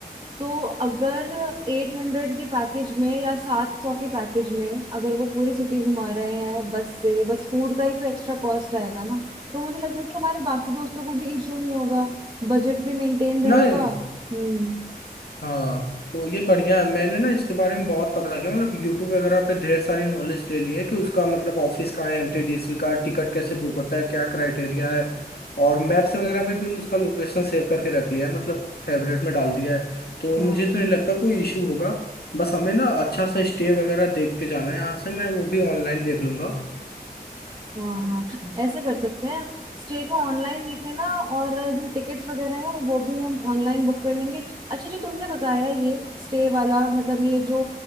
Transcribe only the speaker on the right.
तो अगर एट हंड्रेड के पैकेज में या सात सौ के पैकेज में अगर वो पूरी सिटी घुमा रहे हैं बस से बस फूड का ही तो एक्स्ट्रा कॉस्ट आएगा ना तो मुझे लगता है कि हमारे बाकी दोस्तों को भी इशू नहीं होगा बजट भी मेंटेन रहेगा
हम्म
हाँ
हाँ हाँ ऐसे कर सकते हैं स्टे को ऑनलाइन देख लेना और जो टिकट्स वगैरह है वो भी हम ऑनलाइन बुक कर लेंगे अच्छा जो तुमने बताया ये स्टे वाला मतलब ये जो